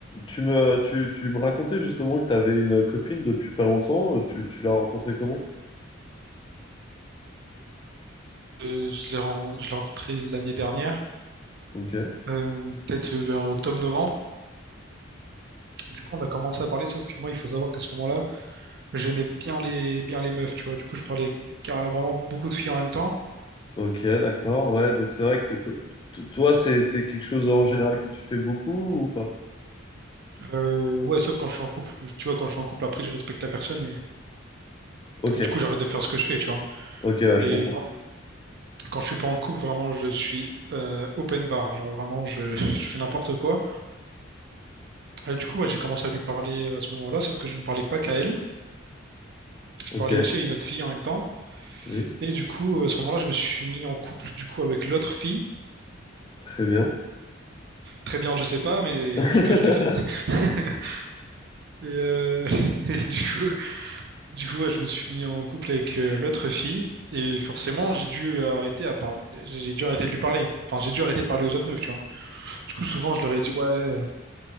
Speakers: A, on the left (about 25°); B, on the right (about 55°).
A: Tu me, tu, tu me racontais justement que tu avais une copine depuis pas longtemps. Euh, Tu, tu l'as rencontrée comment?
B: Euh, je l'ai ren- je l'ai rencontré l'année dernière,
A: Ok,
B: euh, peut-être vers octobre-novembre. Du coup, on a commencé à parler, sauf que moi, il faut savoir qu'à ce moment-là, j'aimais bien les, bien les meufs, tu vois. Du coup, je parlais à vraiment beaucoup de filles en même temps.
A: ok, d'accord. Ouais, donc c'est vrai que t'es- to- to- toi, c'est, c'est quelque chose en général que tu fais beaucoup ou pas?
B: Euh, ouais, sauf quand je suis en couple. Tu vois, quand je suis en couple, après, je respecte la personne et,
A: Ok,
B: et du coup, j'arrête de faire ce que je fais, tu vois.
A: ok, ouais,
B: Mais
A: je comprends.
B: vraiment, quand je suis pas en couple, vraiment, je suis euh, open bar. Genre, vraiment, je, <laughs> je fais n'importe quoi. Euh, du coup, ouais, j'ai commencé à lui parler à ce moment-là, sauf que je ne parlais pas qu'à elle. Je
A: Ok,
B: parlais aussi à une autre fille en même temps.
A: oui,
B: Et du coup, euh, à ce moment-là, je me suis mis en couple du coup avec l'autre fille.
A: très bien.
B: Très bien, je sais pas, mais
A: <laughs>
B: en tout cas, je l'ai fait. <laughs> Et, euh, <laughs> et du coup, du coup, ouais, je me suis mis en couple avec euh, l'autre fille. Et forcément, j'ai dû arrêter à parler, j'ai dû arrêter de lui parler. Enfin, j'ai dû arrêter de parler aux autres meufs, tu vois. Du coup, souvent, je leur ai dit, ouais,